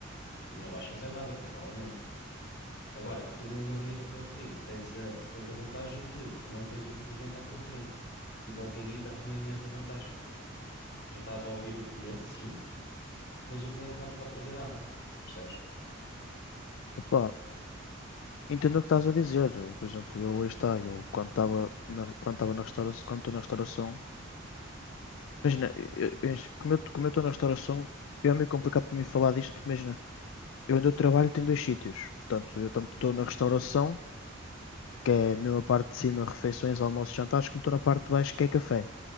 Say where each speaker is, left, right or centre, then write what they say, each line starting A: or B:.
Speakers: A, on the left (about 50°); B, on the left (about 70°).
A: tu não vais fazer nada, provavelmente. Agora, tu numa linha de apoio ao cliente tens a, tens a vantagem de tu não tens o cliente à tua frente. E logo aí dá-te uma imensa vantagem, porque tu estás a ouvir o cliente, sim, mas o cliente não te pode fazer nada. Percebes?
B: Opá. Entendo o que estás a dizer. E, por exemplo, eu aí está, eu quando estava na, quando estava na restauração, quando estou na restauração, imagina, eu- eu- como eu como eu estou na restauração, é meio complicado para mim falar disto, porque imagina, eu onde eu trabalho tem dois sítios. Portanto, eu tanto estou na restauração, que é a mesma parte de cima, refeições, almoços, jantares, como estou na parte de baixo, que é café.